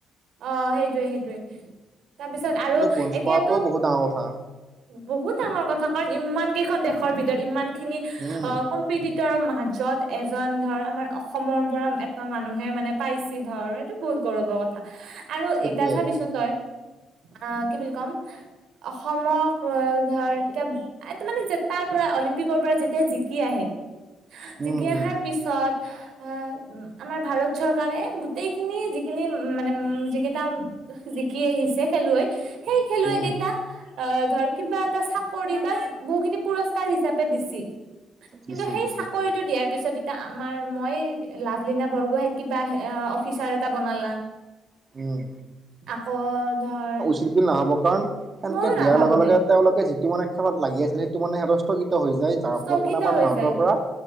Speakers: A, on the right; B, on the right.
A: অ' সেইটোৱেই সেইটোৱে তাৰপিছত আৰু
B: কিন্তু ব্ৰঞ্জ
A: এতিয়াতো।
B: পোৱাটো বহুত ডাঙৰ কথা।
A: বহুত ডাঙৰ কথা। কাৰণ ইমান কেইখন দেশৰ ভিতৰত ইমান খিনি
B: উম
A: অ' কম পীড়িতৰ মাজত এজন ধৰ আমাৰ অসমৰ পৰা এটা মানুহে মানে পাইছে ধৰ এইটো বহুত গৌৰৱৰ কথা। আৰু
B: সেইটোৱে
A: এতিয়া চাবিচোন তই আহ কি বুলি কম অসমৰ ধৰ এতিয়া মানে যে তাৰ পৰা অলিম্পিকৰ পৰা যেতিয়া জিকি আহে। জিকি
B: উম
A: অহাৰ
B: উম
A: পিছত আহ আমাৰ ভাৰত চৰকাৰে গোটেইখিনি যিখিনি মানে উ যিকেইটা জিকি আহিছে খেলুৱৈ, সেই খেলুৱৈ
B: উম
A: কেইটাক আহ ধৰ কিবা এটা চাকৰি বা বহুখিনি পুৰস্কাৰ হিচাপে দিছ কিন্তু
B: দিছে
A: সেই
B: দিছে
A: চৰি টো দিয়াৰ পিছত এতিয়া আমাৰ মই লাভলীনা বৰগোহাইই কিবা অফিচাৰ এটা বনালা
B: উম
A: আকৌ ধৰ
B: নহ'ব কাৰণ সেনেকে
A: ময়ো
B: দিয়াৰ
A: নাভাবো
B: লগে, লগে
A: দেই
B: তেওঁলোকে যিটো মানে খেলত লাগি আছিলে সেইটো মানে হে স্থগিত হৈ যায়। তাৰ
A: স্থগিত
B: ফলত মানে আমাৰ
A: হৈ
B: ভাৰতৰ
A: যায়
B: পৰা